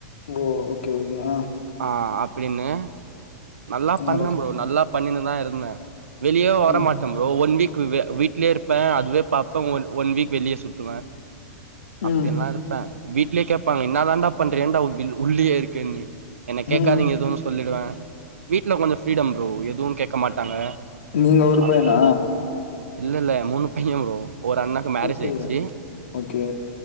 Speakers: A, on the left; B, on the right.
A: ஓ ஓகே ஓகே ஆ
B: ஆ அப்டின்னு நல்லா பண்ண
A: நெறைய
B: ப்ரோ நல்லா பண்ணின்னுதா இருந்த வெளியவே வரமாட்ட
A: ம்
B: ப்ரோ ஒன் வீக் வி வீட்லயே இருப்ப அதுவே பாப்ப ஒன் ஒன் வீக் வெளியே சுத்துவ அப்டிலா
A: ம்
B: இருப்ப வீட்லயே கேப்பாங்க என்ன தாண்டா பண்ற ஏண்டா வில் உள்ளியே இருக்கேன்னு என்ன கேக்காதீங்க
A: ம்.
B: எதுவுன்னு சொல்லிடுவ வீட்ல கொஞ்ச செல்லம் ப்ரோ எதுவும் கேக்க மாட்டாங்க
A: நீங்க ஒரு
B: அப்டி
A: பையனா?
B: இல்லல்ல மூணு பைய ப்ரோ ஒரு அண்ணாக்கு மேரேஜ்
A: பையன்.
B: ஆயிடுச்சு
A: ஓகே.